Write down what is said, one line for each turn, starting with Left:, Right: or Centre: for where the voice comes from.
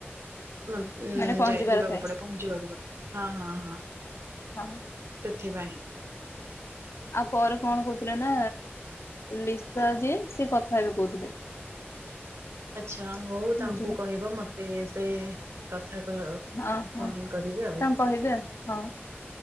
Right: ଉ
Left: ମାନେ ପହଞ୍ଚିବାର
Right: ଯାଇ ଯିବାକୁ
Left: ଥାଏ
Right: ପଡେ ପହଞ୍ଚିବାକୁ ପଡେ। ହଁ ହଁ ହଁ।
Left: ହଁ
Right: ଥିପାଇଁ
Left: ଆଉ ପରେ କଣ କହୁଥିଲେ ନା ଲିସା ଯିଏ ସେି କଥା ଏବେ କହୁଥିଲେ।
Right: ଆଚଛା ହଉ ତାଙ୍କୁ
Left: ବୁଝିଲେ
Right: କହିବ ମତେ ତ ସେ କଥା କ
Left: ଅ ହଁ
Right: ଫୋନ କରିବି ଆଉ
Left: ତାଙ୍କୁ କହିବେ ହଁ